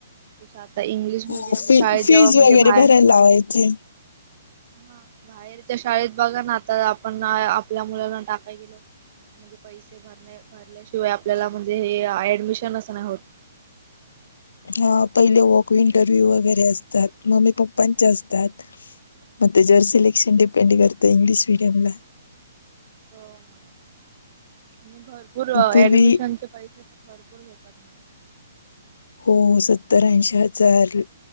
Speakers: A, on the right (about 45°); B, on the left (about 75°).
A: तु आता इंग्लिश
B: हो
A: मिीडियम
B: फी
A: शाळेत
B: फीज
A: जेव्हा म्हणजे
B: वगैरे
A: बाहेर.
B: भरायला लावायची
A: हा बाहेरच्या शाळेत बघा ना आता आपण आपल्या मुलांना टाकायला गेलो की. म्हणजे पैसे भरण्या भरल्याशिवाय आपल्याला म्हणजे हे ऍडमिशन असं नाही होत.
B: हा पहिले वक इंटरव्ह्यू वगैरे असतात मम्मी पप्पांचे असतात. मग त्याच्यावर सिलेक्शन डिपेंड करत इंग्लिश मीडियम ला.
A: हो ना आणि भरपूर
B: पूर्वी
A: ऍडमिशनचे पैसे. भरपूर घेतात मग.
B: हो सत्तरऐंशी हजार.